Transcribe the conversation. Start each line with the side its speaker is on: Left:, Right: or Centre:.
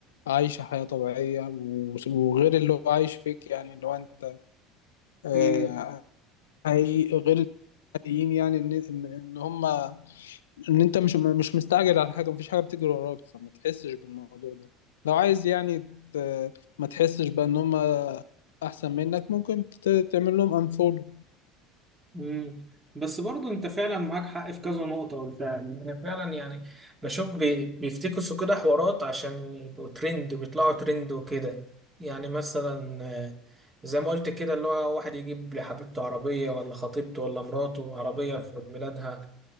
Left: عايشة حياة طبيعية و- وغير اللي هو عايش فيك يعني اللي هو انت آه،
Right: مم.
Left: حقيقي غير الحقيقيين يعني ان ان إن هما ان انت مش مش مستعجل على حاجه مفيش حاجه بتجري وراك فما تحسش بالموضوع ده لو عايز يعني ت- ما تحسش بقى ان هم احسن منك ممكن ت- تعمل لهم انفولو
Right: مم. بس برضو انت فعلا معاك حق في كذا نقطة قلتها يعني انا فعلا يعني بشوف بي- بيفتكسوا كده حوارات عشان يبقوا ترند ويطلعوا ترند وكده يعني مثلا آه، زي ما قلت كده اللي هو واحد يجيب لحبيبته عربية ولا خطيبته ولا مراته عربية في عيد ميلادها